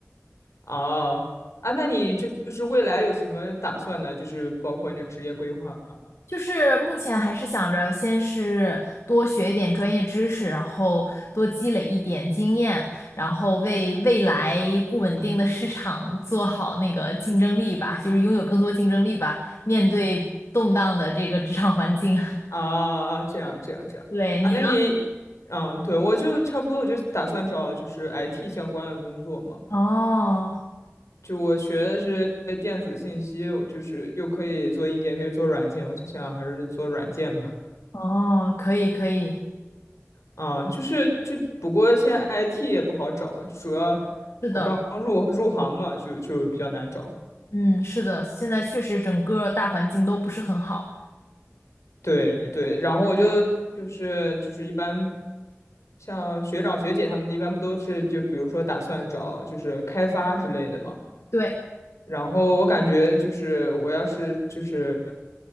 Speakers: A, on the left; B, on the left.
A: 哦，啊，那你就就是未来有什么打算呢？就是包括你的职业规划
B: 就是目前还是想着先是多学一点专业知识，然后多积累一点经验，然后为未来不稳定的市场做好那个竞争力吧，就是拥有更多竞争力吧，面对动荡的这个职场环境。<laughs>
A: 啊，啊，这样这样这样啊，
B: 对，你呢？
A: 那你，嗯，对，我就差不多，我就打算找就是 IT 相关的工作嘛。
B: 哦
A: 就我学的是电子信息，我就是又可以做硬件，可以做软件，我就想还是做软件吧。
B: 哦，可以可以，
A: 啊，就是就不过现在 IT 也不好找，主要我刚入入行嘛，
B: 是的，
A: 就就比较难找。
B: 嗯，是的，现在确实整个大环境都不是很好。
A: 对对，然后我就就是就是一般，像学长学姐他们一般不都是就比如说打算找就是开发之类的嘛，
B: 对，
A: 然后我感觉就是我要是就是